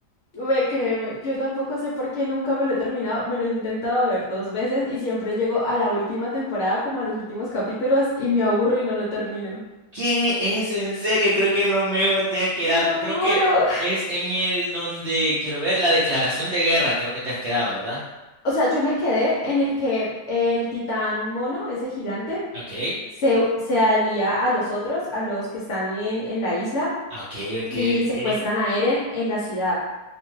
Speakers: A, on the left (about 60°); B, on the right (about 70°).
A: ve, créeme, yo tampoco sé por qué nunca me lo he terminado, me lo he intentado ver dos veces y siempre llego a la última temporada, como a los últimos capítulos, y me aburro y no lo termino.
B: ¿Qué es en serio? Creo que en lo mejor te has quedado.
A: Te lo
B: Creo
A: juro.
B: que es en el donde quiero ver la declaración de guerra. Creo que te has quedado, ¿verdad?
A: O sea, yo me quedé en el que el titán mono, ese gigante,
B: Ok.
A: se, se alía a los otros, a los que están en, en la isla,
B: Ok, ok,
A: y
B: ok.
A: secuestran a Eren en la ciudad.